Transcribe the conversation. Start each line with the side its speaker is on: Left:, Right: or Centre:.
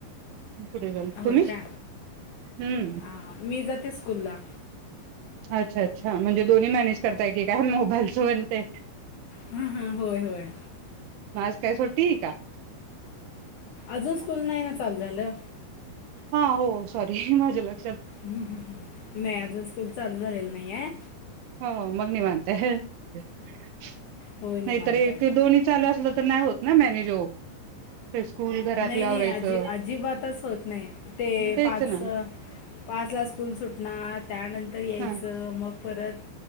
Right: पुढे जाल,
Left: होय
Right: तुम्ही?
Left: का
Right: हं.
Left: हा, मी जाते स्कूलला.
Right: अच्छा, अच्छा, म्हणजे दोन्ही मॅनेज करताय की काय, मोबाईलच पण ते?
Left: हा हा, होय होय.
Right: आज काय सुट्टी हाय का?
Left: अजून स्कूल नाही ना चालू झालं.
Right: हा, हो सॉरी माझ्या ल-
Left: नाही, अजून स्कूल चालू झालेलं नाही आहे.
Right: हो मग निवांत हाय. <unintelligible>
Left: होय निवांत
Right: नाहीतरी
Left: आहे
Right: ते दोन्ही चालू असल तर, नाही होत ना मॅनेज ओ. ते स्कूल- घरातलं
Left: नाही, नाही,
Right: आवरायचं
Left: अजि अजिबातच होत नाही ते
Right: तेच
Left: पाचच.
Right: ना
Left: पाचला स्कूल सुटणार, त्यानंतर यायचं,
Right: हा
Left: मग परत-